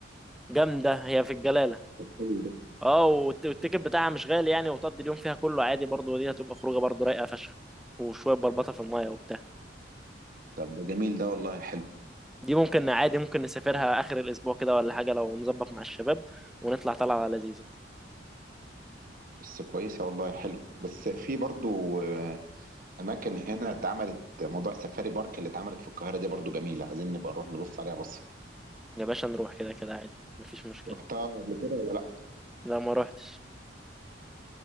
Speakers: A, in the centre; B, on the right.
A: وجامدة هي في الجلالة
B: طب حلو ده
A: اه والت- والتيكت بتاعها مش غالي يعني وتقضي اليوم فيها كله عادي برضه ودي هتبقى خروجة برضه رايقة فشخ وشوية بلبطة في المية وبتاع
B: طب ده جميل ده والله حلو
A: دي ممكن عادي ممكن نسافرها آخر الأسبوع كده ولا حاجة لو نظبط مع الشباب ونطلع طلعة لذيذة
B: بس كويسة والله حلو بس في برضو آه، أماكن هنا اتعملت موضوع السفاري بارك اللي اتعملت في القاهرة دي برضو جميلة عايزين نبقى نروح نبص عليها بصة
A: يا باشا نروح كده كده عادي مفيش مشكلة
B: رحتها قبل كده ولا لأ؟
A: لا ما روحتش